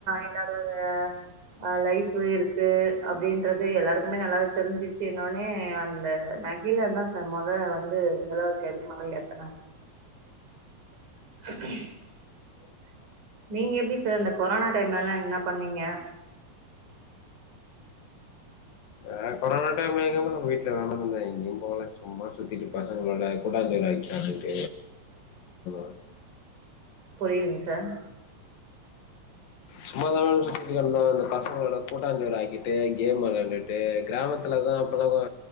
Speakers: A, on the right; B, on the left.
A: எல்லாரோட ஆஹ் லைஃப் இருக்கு அப்டின்றது எல்லாருக்குமே நல்லாவே தெரிஞ்சிருச்சு இன்னோனு அந்த நகிலன் தான் சார் மொத வந்து நிலவச்சரிமகள் ஏத்தனங் <inaudible> நீங்க எப்டி சார் இந்த கொரோனா டைம்லல்லா என்ன பண்ணீங்க
B: ஆஹ் கொரோனா டைம்ல எங்க மேடம் வீட்ல தான் மேம் இருந்தேன் எங்கயும் போகல சும்மா சுத்திகிட்டு பசங்களோட கூட்டாஞ்சோறு ஆக்கி சாப்டுகிட்டு <unintelligible>
A: புரியலிங் சார்
B: சும்மாதானங்க சுத்திட்டுந்தோ இந்த பசங்களோட கூட்டாஞ்சோரு ஆக்கிட்டு கேம் விளையாண்டுட்டு கிராமத்துலதான் அப்பல்லா